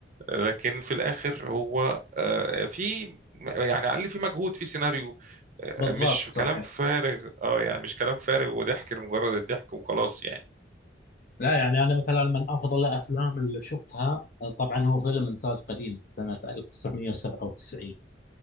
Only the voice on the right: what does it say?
لكن في الاخر هو آه، في يعني على الاقل في مجهود في سيناريو آه،
مش
كلام فارغ اه يعني مش كلام فارغ وضحك لمجرد الضحك وخلاص يعني